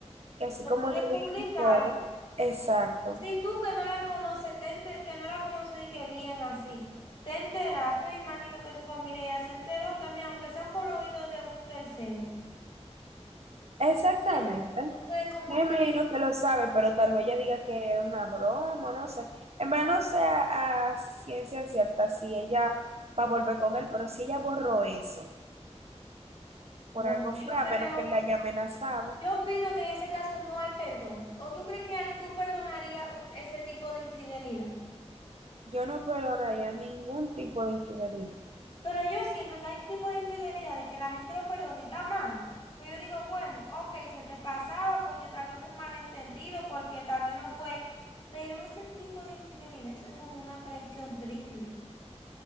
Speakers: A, on the right; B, on the left.
A: que así
B: se
A: como
B: puede
A: yo
B: publicarlo.
A: vi y todo, exacto.
B: Si tú que no la conoces, te enter- que no la conoces y que bien así, te enteraste, me imagino que su familia ya se enteró también, aunque sea por oído de un tercero.
A: Exactamente.
B: Bien. Entonces, como
A: me
B: que
A: imagino que lo sabe, pero tal vez ella diga que es una broma, no sé. En verdad no sé a, a ciencia cierta si ella va a volver con él, pero si ella borró eso, por
B: Bueno,
A: algo
B: yo
A: fue, a
B: creo,
A: menos que él la haya amenazado,
B: yo opino que en ese caso no hay perdón. ¿O tú crees que al- tú perdonarías un- ese tipo de infidelidad?
A: yo no perdonaría ningún tipo de infidelidad.
B: Pero yo siento que hay tipo de infidelidad de que la gente lo perdona y está mal. Pero yo digo, bueno, ok, se te pasaba porque tal vez fue un malentendido, porque tal vez no fue. Pero ese tipo de infidelidad, eso es como una traición triple.